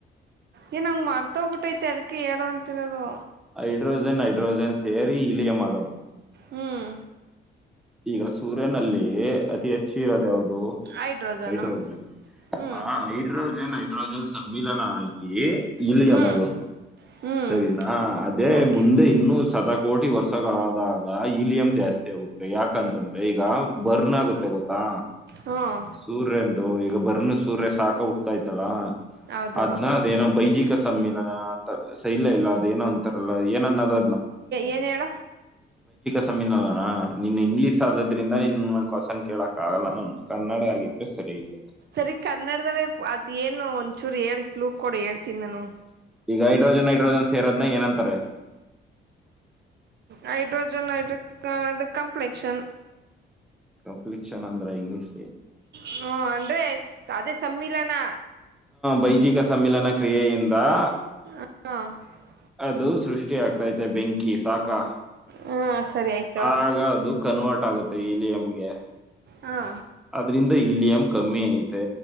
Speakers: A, on the right; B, in the centre.
A: ಏ ನಂಗ ಮರ್ತೋಗ್ಬಿಟ್ಟೈತೆ ಅದಕ್ಕೆ ಹೇಳುವ ಅಂತಿರೋದು
B: ಹೈಡ್ರೋಜನ್ ೈಡ್ರೋಜನ್ ಸೇರಿ ಇಲಿಯಂ ಆಗದು
A: ಹ್ಮ್
B: ಈಗ ಸೂರ್ಯನಲ್ಲಿ ಅತಿ ಹೆಚ್ಚಿ ಇರೋದು ಯಾವದು
A: ಹೈಡ್ರೋಜನು
B: ಹೈಡ್ರೋಜನ್
A: ಹ್ಮ್
B: ಹ ಹೈಡ್ರೋಜನ್ ನೈಡ್ರೋಜನ್ ಸ ಸಮ್ಮಿಲನ ಆಗಿ ಇಲ್ಲಿ
A: ಹ್ಮ್
B: ಯಮಗುತ್ತ
A: ಹ್ಮ್
B: ಸರಿನಾ ಅದೇ
A: ಓಕೆ
B: ಮುಂದೆ ಇನ್ನುೂ ಸತ ಕೋಟಿ ವರ್ಷಗಳಾದಾಗ ಈಲಿಯಂ ಜಾಸ್ತಿ ಆಗುತ್ತೆ ಯಾಕಂತಂದ್ರೆ ಈಗ ಬರ್ನ್ ಆಗುತ್ತೆ ಗೊತ್ತಾ
A: ಹ್ಮ್
B: ಸೂರ್ಯಂತ ಈಗ ಬರ್ನ್ ಸೂರ್ಯ ಸಾಕ ಉಟ್ತಾಾಯ್ತಲ್ಲ
A: ಹೌದು
B: ಅದ್ನದೇನೋ ಬೈಜಿಕ್ ಸಮ್ಮಿಲನ ಅಂತ ಸ ಇಲ್ಲ ಇಲ್ಲ ಅದ ಏನೋ ಅಂತಾರಲ್ಲ ಏನನ್ನದ
A: ಏನ್ ಹೇಳ
B: ಸಮ್ಮೀನಾನ ನಿನ್ ಇಂಗ್ಲೀಷ್ ಆದದ್ರಿಂದ ನೀನ್ನ್ ಕ್ವನ್ ಕೇಳಕ್ ಆಗಲ್ಲ ನಾನು ಕನ್ನಡ ಆಗಿದ್ದೆ ಸರಿ ಇಗ
A: ಸರಿ ಕನ್ನಡದಲ್ಲೇ ಅದ್ ಏನು ಒಂದ್ಚೂರು ಹೇಳಿಕ್ ಲೂಕ್ ಕೊಡ ಹೇಳ್ತೀನಿ ನಾನು
B: ಈಗ ಹೈಡ್ರೋಜನ್ೈಡೋಜನ್ ಸೇರದ್ ಏನಂತಾರೆ
A: ಹೈಡ್ರೋಜನ್ೈ ಇದು ಕಂಪ್ಲೆಕ್ಷನ್
B: ಕಂಪ್ಲೀಟ್ ಚೆನ ಅಂದ್ರ ಇಂಗ್ಲೀಷ್
A: ಹ ಅಂದ್ರೆ ಅದೇ ಸಮಿ ಬಲನ
B: ವೈಜಿಕ ಸಮ್ಮಿಲನ ಕ್ರಿಯಿಂದ ಾ
A: <unintelligible>
B: ಅದು ಸೃಷ್ಟಿ ಆಗ್ತೈತೆ ಬೆಂಕಿ ಸಾಕು ಅ
A: ಹಾ ಸರಿ ಆಯ್ತು
B: ಆಗೌದು ಕನ್ವರ್ಟ್ ಆಗುತ್ತೆ ಈಲಿಯಂಗೆ
A: ಹಾ
B: ಅದ್ರಿಂದ ಇಲಿಯಂ್ ಕಮ್ಮಿ ಆಯತು